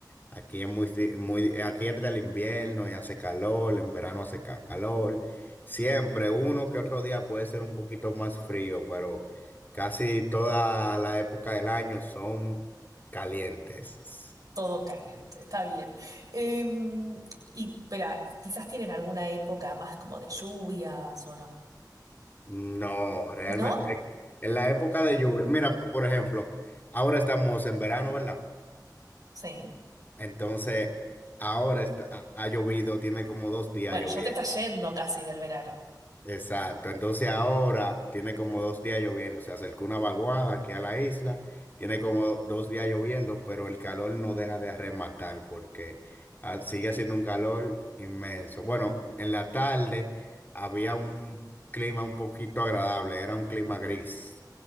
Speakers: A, on the left; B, on the right.
A: Aquí es muy, di- muy, aquí entra el invierno y hace calor, en verano hace ca- calor. Siempre, uno que otro día puede ser un poquito más frío, pero casi toda la época del año son calientes.
B: Todo caliente, está bien. Em, y, pero quizás tienen alguna época más como de lluvias o no.
A: No, realmente,
B: ¿No?
A: eh, en la época de lluvia, mira, por ejemplo, ahora estamos en verano, ¿verdad?
B: Sí.
A: Entonces, ahora está, ha ha llovido, tiene como dos días
B: Bueno,
A: lloviendo.
B: ya te está yendo casi del verano.
A: Exacto, entonces ahora tiene como dos días lloviendo, se acercó una vaguada aquí a la isla, tiene como dos días lloviendo, pero el calor no deja de arrematar porque ah, sigue haciendo un calor inmenso. Bueno, en la tarde había un clima un poquito agradable, era un clima gris.